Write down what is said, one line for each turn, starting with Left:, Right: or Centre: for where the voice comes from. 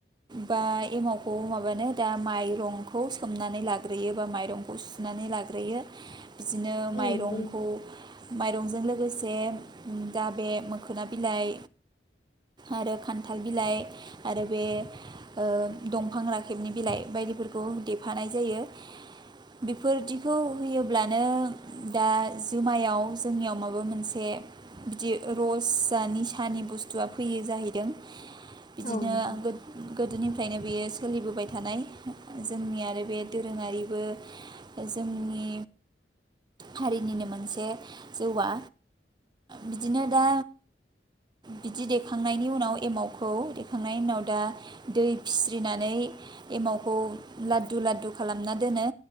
Right: बा एमावखौ माबानो दा माइरंखौ सोमनानै लाग्रोयो बा माइरंखौ सुनानै लाग्रोयो बिदिनो
Left: औ
Right: माइरंखौ
Left: नंगौ नोंथां
Right: माइरंजों लोगोसे दा बे मोखोना बिलाइ आरो खान्थाल बिलाइ आरो बे ओ दंफां राखेबनि बिलाइ बायदिफोरखौ देफानाय जायो बेफोरदिखौ होयोब्लानो दा जुमायाव जोंनियाव माबा मोनसे बिदि रस जा निसानि बुस्थुआ फैयो जाहैदों बिदिनो
Left: औ नोंथां
Right: गोद-गोदोनिफ्रायनो बेयो सोलिबोबाय थानाय जोंनि आरो बे दोरोङारिबो जोंनि हारिनिनो मोनसे जौवआ बिदिनो दा बिदि देखांनायनि उनाव एमावखौ देखांनायनि उनाव दा दै फिस्रिनानै एमावखौ लादु लादु खालामना दोनो